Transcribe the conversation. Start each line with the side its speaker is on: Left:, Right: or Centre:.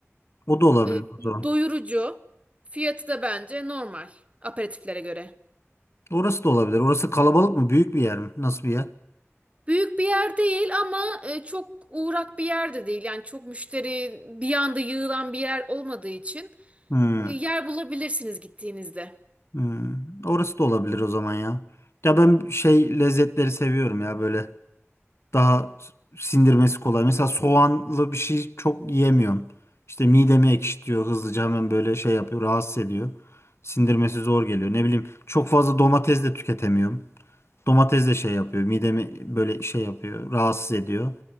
Left: O da olabilir
Right: E,
Left: o zaman.
Right: doyurucu. Fiyatı da bence normal aperatiflere göre.
Left: Orası da olabilir. Orası kalabalık mı? Büyük bir yer mi? Nasıl bir yer?
Right: Büyük bir yer değil ama e, çok uğrak bir yer de değil. Yani çok müşteri bir anda yığılan bir yer olmadığı için
Left: Hmm.
Right: e, yer bulabilirsiniz gittiğinizde.
Left: Hmm. Orası da olabilir o zaman ya. Ya ben şey lezzetleri seviyorum ya böyle daha sindirmesi kolay. Mesela soğanlı bir şey çok yiyemiyorum. İşte midemi ekşitiyor hızlıca hemen böyle şey yapıyor rahatsız ediyor. Sindirmesi zor geliyor. Ne bileyim çok fazla domates de tüketemiyorum. Domates de şey yapıyor midemi böyle şey yapıyor rahatsız ediyor.